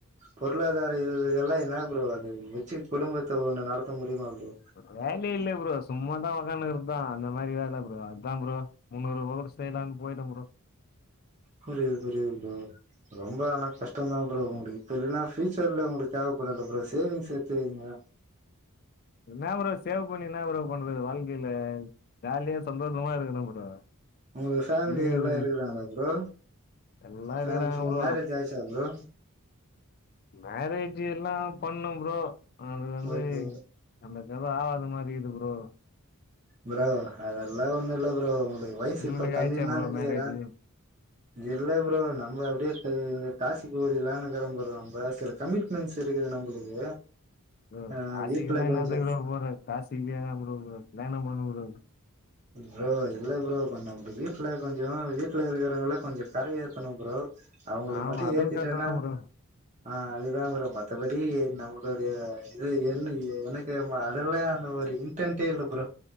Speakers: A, on the right; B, on the left.
A: பொருளாதார இது எல்லா என்னா ப்ரோ அது வெச்சு குடும்பத்த ஒண்ணு நடத்த முடியுமா ப்ரோ
B: வேலையேயில்ல ப்ரோ சும்மாதா ஒக்கானுகிறது தா அந்த மாரி வேல ப்ரோ அத்தா ப்ரோ முன்னூறு ரூபாக்கூட செய்லா போய்ட்ட ப்ரோ
A: புரிது புரிது ப்ரோ ரொம்ப ஆனா கஷ்டோ தா ப்ரோ உங்களுக்கு இப்ப இல்லன்னா ஃபியூச்சர்ல உங்களுக்கு தேவ்ப் படுல ப்ரோ சேவிங்ஸ் சேத்து வைங்க
B: இன்னா ப்ரோ சேவ் பண்ணி இன்னா ப்ரோ பண்றது வாழ்க்கையில ஜாலியா சந்தோஷமா இருக்கனு ப்ரோ
A: உங்களுக்கு ஃபேமிலி
B: இருக்கிறது
A: எல்லா இருக்குறாங்ளா ப்ரோ
B: எல்லா
A: ஃபே
B: இருக்கிறாங்க ப்ரோ
A: மேரேஜ் ஆயிச்சா ப்ரோ
B: மேரேஜ் எல்லா பண்ண ப்ரோ அது வந்து
A: ஓகே
B: அந்த கத ஆவாத மாரிகிது ப்ரோ
A: ப்ரோ அதெல்லா ஒண்ணுயில்ல ப்ரோ உங்களுக்கு வயசு
B: உங்களுக்கு
A: இப்ப கம்மினு
B: ஆயிடுச்சா
A: தா
B: ப்ரோ
A: நெனக்கிற
B: மேரேஜ்
A: இல்ல ப்ரோ நம்ம அப்டே காசிக்கு ஓடில்லானுக்கிற ப்ரோ அவ பேசர் கமிட்மெண்ட்ஸ் இருக்குது நம்மளுக்கு
B: ப்ரோ
A: ஆ
B: காசிக்குல்லா
A: வீட்ல
B: என்னதுகு
A: கொஞ்சோ
B: ப்ரோ போற காசிகு ஏ ப்ரோ போற கல்யாணோ பண்ணு ப்ரோ
A: ப்ரோ இல்ல ப்ரோ கொஞ்சோ இப்ப நம்ம வீட்ல கொஞ்சோ வீட்லயிருக்கிறவங்கல்ல கொஞ்சோ கர ஏத்தணு ப்ரோ அவுங்கள
B: ஆமா
A: மட்டூ
B: அதுவு
A: ஏத்திட்டனா
B: கரெக்ட் தா ப்ரோ
A: ஆ அதுதா ப்ரோ மத்தபடி நம்மளுடைய இது என்ன எனக் கேம் அதெல்லா அந்த ஒரு இன்டன்டே இல்ல ப்ரோ